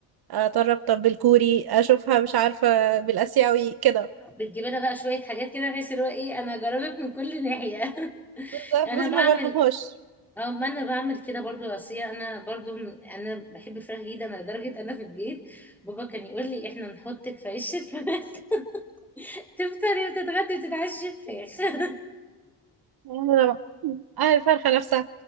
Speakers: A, on the right; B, in the centre.
A: اجرب طب بالكوري اشوفها مش عارفه بالاسيوي كده
B: بتجيب لها بقى شويه حاجات كده بحيث اللي هو ايه انا جربت من كل ناحيه <laughs>
A: بالظبط
B: انا
A: بصي
B: بعمل
A: ما برحمهاش
B: اه ما انا بعمل كده برضو اصية انا برضو م- انا بحب الفراخ جدا انا لدرجة انا في البيت بابا كان يقول لي احنا نحطك في عيش الفراخ <laughs> تفطري وتتغدي وتتعشي فراخ
A: انا بقى اه الفرخة نفسها